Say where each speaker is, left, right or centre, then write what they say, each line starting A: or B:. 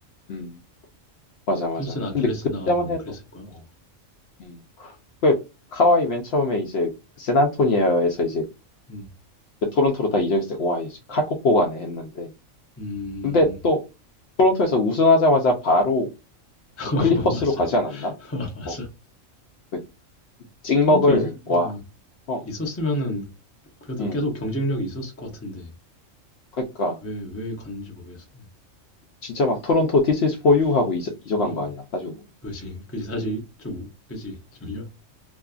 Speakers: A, on the left; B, on the left.
A: 음. 맞아, 맞아.
B: 탐슨 아킬레스
A: 근데 그때만
B: 나가고 뭐
A: 해도,
B: 그랬을 거야 어.
A: 어, 음. 그, 카와이 맨 처음에 이제, 샌안토니에에서 이제,
B: 음,
A: 그 토론토로 다 이적했을 때, 와, 이제 칼코포가네 했는데.
B: 음
A: 근데 또, 토론토에서 우승하자마자 바로
B: <laughs>
A: 클리퍼스로
B: 어, 맞아
A: 가지
B: <laughs>
A: 않았나?
B: 어, 맞아
A: 어, 그 찍먹을
B: 토론토 있,
A: 와,
B: 어,
A: 어,
B: 있었으면은 그래도
A: 음,
B: 계속 경쟁력이 있었을 것 같은데
A: 그러니까
B: 왜 왜 갔는지 모르겠어
A: 진짜 막 토론토 This is for you 하고 잊어, 잊어간
B: 어
A: 거 아니야? 따지고 보면.
B: 그지, 그지 사실 좀 그지 좀 여-